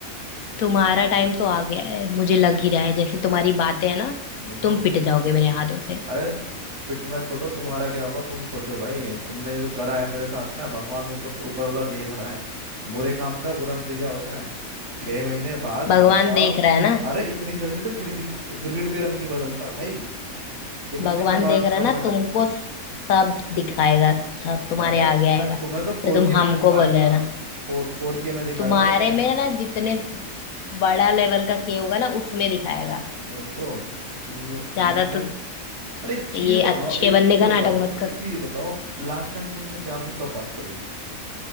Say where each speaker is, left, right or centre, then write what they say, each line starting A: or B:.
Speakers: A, on the left; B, on the right.
A: तुम्हारा टाइम तो आ गया है मुझे लग ही रहा है जैसे तुम्हारी बातें हैं ना
B: नहीं
A: तुम
B: तो
A: पिट जाओगे मेरे हाथों से
B: अरे तु- पिटना छोड़ो तुम्हारा क्या होगा तुम सोचो भाई तुमने जो करा है मेरे साथ ना भगवान ऊपर ऊपर वाला देख रहा है बुरे काम का बुरा नतीजा होता है छह महीने बाद
A: भगवान
B: भाई साहब
A: देख रहा है ना
B: अरे इतनी जल्दी तो गिर गिर गिरगिट भी रंग नहीं बदलता भाई गिरगिट
A: भगवान
B: भी शर्मा
A: देख रहा
B: शर्मा
A: है ना तुमको सब दिखाएगा सब तुम्हारे
B: अरे
A: आगे
B: तुम्हें
A: आएगा तो
B: तुम्हें तो फोर
A: तुम
B: के
A: हमको
B: में दिखाएगा
A: बोल रहे हो ना
B: फोर फोर के में दिखाएगा
A: तुम्हारे
B: तुम्हें
A: में ना जितने बड़ा लेवल का के होगा ना उसमें दिखाएगा
B: वही तो तुम तुमने
A: ज्यादा तो
B: अरे एक चीज
A: ये
B: बताओ
A: अच्छे
B: एक
A: बनने
B: चीज
A: का
B: बताओ
A: नाटक मत करो
B: एक चीज बताओ लास्ट टाइम तुमने प्यार से कब बात करी थी